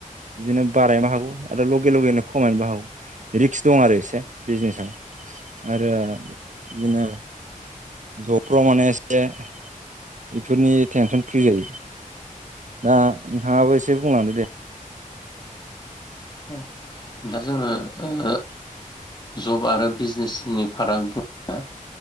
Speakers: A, on the right (about 60°); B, on the left (about 30°).
A: बिदिनो बारायनोबो हागौ आरो लगे लगेनो खमायनोबो हागौ रिक्स दं आरो एसे बिजनेसाव आरो बिदिनो जबफ्राव माने एसे बेफोरनि टेनसन फ्रि जायो दा नोंथाङाबो एसे बुंलांदो दे
B: औ दा जोंङो जब आरो बिजनेसनि फाराग बा